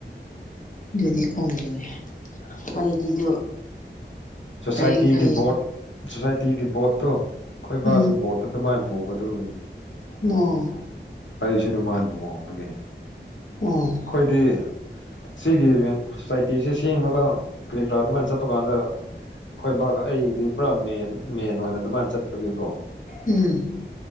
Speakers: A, on the left; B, on the left.
A: ꯑꯗꯨꯗꯤ ꯈꯪꯗꯦꯅꯦ ꯑꯩꯗꯤꯗꯨ
B: ꯁꯣꯁꯥꯏꯇꯤꯒꯤ
A: ꯂꯥꯏꯔꯤꯛ ꯍꯩ
B: ꯕꯣꯔꯠ ꯁꯣꯁꯥꯏꯇꯤꯒꯤ ꯕꯣꯔꯠꯇꯣ ꯈꯣꯏ ꯕꯥꯁꯨ
A: ꯎꯝ
B: ꯕꯣꯠ ꯑꯗꯨꯃꯥꯏꯟ ꯄꯨꯕ ꯗꯨꯅꯤ
A: ꯑꫭ꯫
B: ꯑꯩꯁꯨ ꯑꯗꯨꯝꯃꯥꯏꯟ ꯄꯨꯉꯍꯟꯕꯒꯤꯅꯤ꯫
A: ꯎꯡ꯫
B: ꯈꯣꯏꯗꯤ ꯁꯤꯒꯤ ꯁꯣꯁꯥꯏꯇꯤꯁꯤ ꯁꯦꯝꯉꯗ ꯀꯔꯤ ꯀꯔꯥ ꯑꯗꯨꯃꯥꯏꯟ ꯆꯠꯄ ꯀꯥꯟꯗ ꯈꯣꯏ ꯕꯥꯒ ꯑꯩꯒꯤꯗꯤ ꯄꯨꯔꯥ ꯃꯦꯟ ꯃꯦꯟ ꯑꯣꯏꯅ ꯑꯗꯨꯃꯥꯏꯟ ꯆꯠꯄꯒꯤꯀꯣ
A: ꯎꯝ꯫